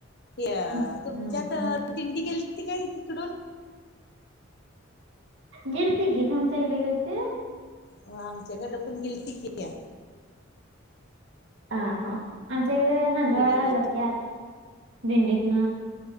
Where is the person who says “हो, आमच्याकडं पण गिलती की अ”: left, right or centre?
Left